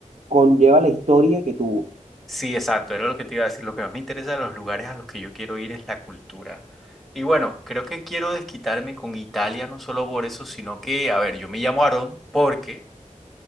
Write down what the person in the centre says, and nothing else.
Sí, exacto, era lo que te iba a decir. Lo que más me interesa de los lugares a los que yo quiero ir es la cultura. Y bueno, creo que quiero desquitarme con Italia, no solo por eso, sino que, a ver, yo me llamo Aarón porque...